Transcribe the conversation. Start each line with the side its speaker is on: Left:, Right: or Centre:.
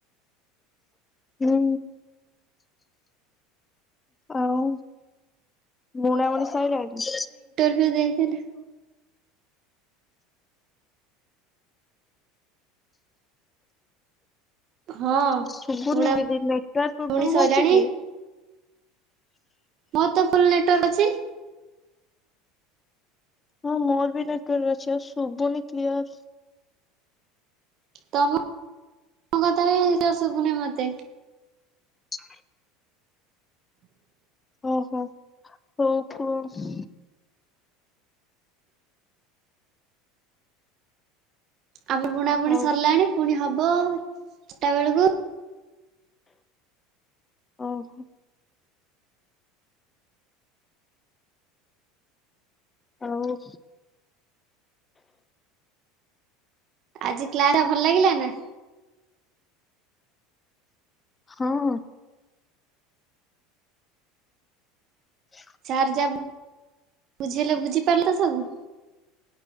Left: ହୁଁ। ଆଉ ବୁଣା ବୁଣି ସାଇଲାଣି?
Right: ସିଏ ଦେଇଥିଲେ। ହଁ
Left: ଶୁଭୁନି
Right: ବୁଣା
Left: ଦିଦି ନେଟୱର୍କ୍ ପ୍ରୋବ୍ଲେମ
Right: ବୁଣି ସରିଲାଣି
Left: ହଉଛି କି?
Right: ମୋର ତ ଫୁଲ ନେଟୱାର୍କ ଅଛି।
Left: ହଁ ମୋର ବି ନେଟୱର୍କ ଅଛି ଆଉ ଶୁଭୁନି କ୍ଲିୟର।
Right: ତମ କଥ ବି କ୍ଲିୟର ଶବୁନି ମତେ।
Left: ହ ଓହୋ ହଉ କୁଅ?
Right: ଆମ ପୁଣା ପୁଣି
Left: ଆଉ
Right: ସରିଲାଣି ପୁଣି ହବ ଚାରିଟା ବେଳକୁ
Left: ଓହୋ। ଆଉ
Right: ଆଜି କ୍ଲା ଟା ଭଲ ଲାଗିଲା ନା?
Left: ହଁ। ହ
Right: ସାର ଯା ବୁଝେଇଲେ ବୁଝିପାରିଲ ସବୁ?